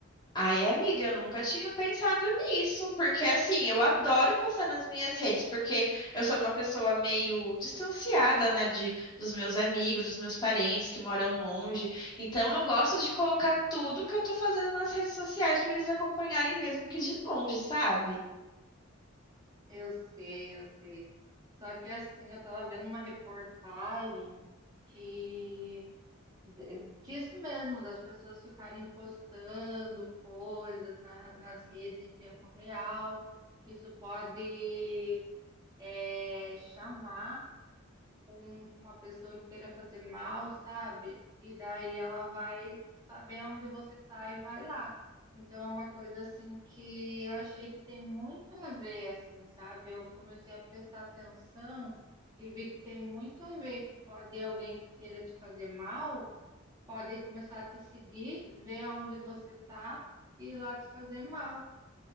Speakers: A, on the left (about 20°); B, on the right (about 15°).
A: Ai, amiga, eu nunca tinha pensado nisso, porque assim, eu adoro postar nas minhas redes, porque eu sou uma pessoa meio distanciada, né, de dos meus amigos, dos meus parentes que moram longe. Então eu gosto de colocar tudo que eu tô fazendo nas redes sociais pra eles acompanharem mesmo que de longe, sabe?
B: Eu sei, eu sei. Só que assim, eu tava vendo uma reportagem que de- disso mesmo, das pessoas ficarem postando coisas na- nas redes em tempo real, que isso pode eh, chamar com uma pessoa que queira fazer mal, sabe? E daí ela vai saber onde você tá e vai lá. Então é uma coisa assim que eu achei que tem muito a ver, assim, sabe? Eu comecei a prestar atenção e vi que tem muito a ver que pode alguém que queira te fazer mal, pode começar a te seguir, ver onde você tá e ir lá te fazer mal.